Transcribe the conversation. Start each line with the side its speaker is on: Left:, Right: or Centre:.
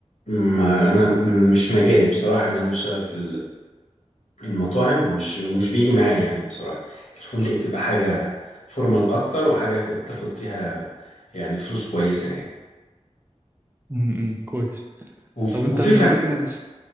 Left: ما أنا م- مش مجالي بصراحة إن أنا أشتغل في المطاعم مش مش بيجي معايا يعني بصراحة الفندق بتبقى حاجة فورمال أكتر وحاجة بتاخد فيها يعني فلوس كويسة يعني
Right: امم كويس
Left: وف-
Right: طب انت
Left: وفي
Right: الاماكن
Left: فن
Right: الس-